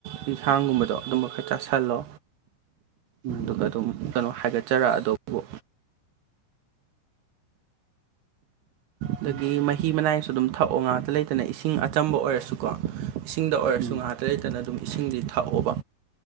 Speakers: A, on the right; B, on the right.
A: ꯌꯦꯟꯁꯥꯡꯒꯨꯝꯕ ꯇꯣ ꯑꯗꯨꯝꯕ ꯈꯔ ꯆꯥꯥꯁꯜꯂꯣ
B: ꯎꯝ
A: ꯑꯗꯨꯒ ꯑꯗꯨꯝ ꯀꯩꯅꯣ ꯍꯥꯏꯒꯠꯆꯔꯛ ꯑꯗꯨꯕꯨ
B: ꯈꯪꯗꯦ
A: ꯑꯗꯒꯤ ꯃꯍꯤ ꯃꯅꯥꯏꯁꯨ ꯑꯗꯨꯝ ꯊꯛꯑꯣ ꯉꯥꯛꯇ ꯂꯩꯇꯅ ꯏꯁꯤꯡ ꯑꯆꯝꯕ ꯑꯣꯏꯔꯁꯨꯀꯣ ꯏꯁꯤꯡꯗ ꯑꯣꯏꯔꯁꯨ
B: ꯎꯝ
A: ꯉꯥꯏꯍꯥꯛꯇ ꯂꯩꯇꯅ ꯑꯗꯨꯝ ꯏꯁꯤꯡꯗꯤ ꯊꯛꯑꯣꯕ